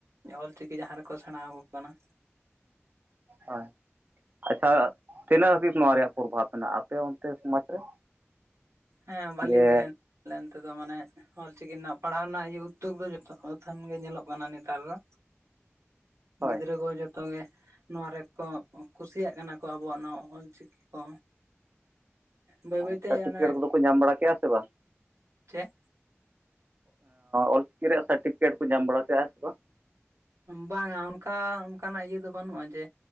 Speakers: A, on the right (about 90°); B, on the right (about 40°).
A: ᱚᱞ ᱪᱤᱠᱤ ᱡᱟᱦᱟᱸ ᱨᱮᱠᱚ ᱥᱮᱬᱟ ᱠᱚ ᱠᱟᱱᱟ
B: ᱦᱳᱭ ᱟᱪᱪᱷᱟ ᱛᱤᱱᱟᱹᱜ ᱦᱟᱹᱵᱤᱡ ᱱᱚᱣᱟ ᱨᱮᱭᱟᱜ ᱯᱨᱚᱵᱷᱟᱵᱽ ᱢᱮᱱᱟᱜᱼᱟ ᱟᱯᱮ ᱚᱱᱛᱮ ᱥᱚᱢᱟᱡᱽ ᱨᱮ
A: ᱦᱮᱸ ᱵᱷᱷᱟᱞᱤ
B: ᱡᱮ
A: ᱜᱮ ᱟᱞᱮ ᱚᱱᱛᱮ ᱫᱚ ᱢᱟᱱᱮ ᱚᱞ ᱪᱤᱠᱤ ᱨᱮᱱᱟᱜ ᱯᱟᱲᱦᱟᱣ ᱨᱮᱱᱟᱜ ᱩᱫᱽᱫᱳᱜᱽ ᱫᱚ ᱡᱚᱛᱚ ᱟᱹᱛᱷᱟ. ᱱ ᱜᱮ ᱧᱮᱞᱚᱜ ᱠᱟᱱᱟ ᱱᱮᱛᱟᱨ ᱫᱚ
B: ᱦᱳᱭ
A: ᱜᱤᱫᱽᱨᱟᱹ ᱠᱚ ᱡᱚ ᱛᱚᱜᱮ ᱱᱚᱣᱟ ᱨᱮᱠᱚ ᱠᱩᱥᱤᱭᱟᱜ ᱠᱟᱱᱟ ᱠᱚ ᱟᱵᱚᱣᱟᱜ ᱱᱚᱣᱟ ᱚᱞ ᱪᱤᱠᱤ ᱠᱚ ᱵᱟᱹᱭ
B: ᱦᱳᱭ
A: ᱵᱟᱹᱭᱛᱮ
B: ᱥᱟᱨᱴᱤᱯᱷᱤᱠᱮᱴ
A: ᱚᱱᱮ
B: ᱠᱚᱫᱚ ᱧᱟᱢ ᱵᱟᱲᱟ ᱠᱮᱜ-ᱟ ᱥᱮ ᱵᱟᱝ
A: ᱪᱮᱫ
B: ᱚᱞᱪᱤᱠᱤ ᱨᱮᱭᱟᱜ ᱥᱟᱨᱴᱤᱯᱷᱤᱠᱮᱴ ᱠᱚ ᱧᱟᱢ ᱵᱟᱲᱟ ᱠᱮᱜᱼᱟ ᱥᱮ ᱵᱟᱝ
A: ᱵᱟᱝᱟ ᱚᱱᱠᱟ ᱚᱱᱠᱟᱱᱟᱜ ᱤᱭᱟᱹ ᱫᱚ ᱵᱟᱹᱱᱩᱜᱼᱟ ᱡᱮ